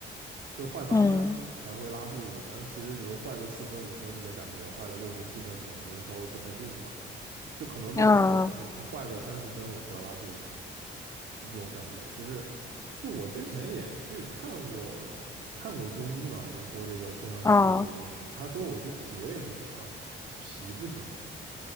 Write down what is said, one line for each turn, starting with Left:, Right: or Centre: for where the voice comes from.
Right: 就是坏八分才会拉肚子。
Left: 嗯
Right: 然后其实比如坏个四分五分就没感觉，坏个六分七分可能就是稍微不太舒服嘛。就可能在我这儿，
Left: 嗯
Right: 就是他坏个三四分我就要拉肚子了。就这种感觉，就是就我之前也去看过看过中医嘛，就是说这个经常拉肚子这个问题，
Left: 哦
Right: 他说我是脾胃不行啊，脾不行，